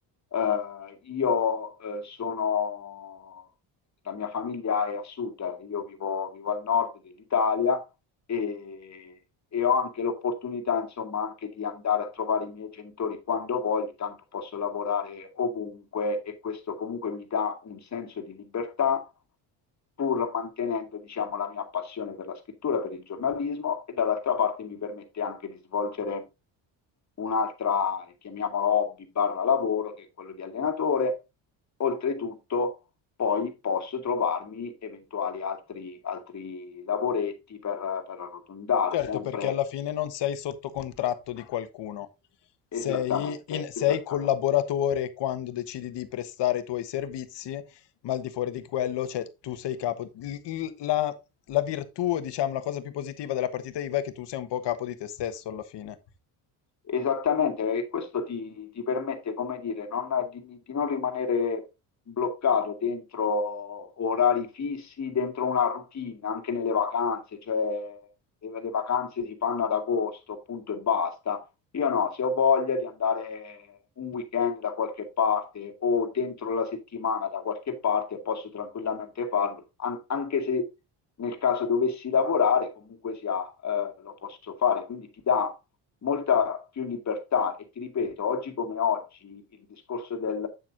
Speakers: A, on the left; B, on the left.
A: Eh, io eh, sono, la mia famiglia è a sud, io vivo vivo al nord dell'Italia e, e ho anche l'opportunità, insomma, anche di andare a trovare i miei genitori quando voglio, tanto posso lavorare ovunque e questo comunque mi dà un senso di libertà, pur mantenendo, diciamo, la mia passione per la scrittura, per il giornalismo e dall'altra parte mi permette anche di svolgere un'altra, chiamiamola hobby barra lavoro, che è quello di allenatore. Oltretutto, poi posso trovarmi eventuali altri, altri lavoretti per, per arrotondare,
B: Certo,
A: sempre
B: perché alla fine non sei sotto contratto di qualcuno,
A: esattamente,
B: sei, in- sei
A: esattamente.
B: collaboratore quando decidi di prestare i tuoi servizi, ma al di fuori di quello, cioè tu sei capo. il- il- la, la virtù, diciamo, la cosa più positiva della partita IVA è che tu sei un po' capo di te stesso alla fine.
A: Esattamente, perché questo ti, ti permette, come dire, non- di, di non rimanere bloccato dentro orari fissi, dentro una routine, anche nelle vacanze, cioè le, le vacanze si fanno ad agosto, punto e basta. Io no, se ho voglia di andare un weekend da qualche parte o dentro la settimana da qualche parte, posso tranquillamente farlo, an- anche se nel caso dovessi lavorare, comunque sia, eh, lo posso fare. Quindi ti dà molta più libertà e ti ripeto, oggi come oggi il discorso del,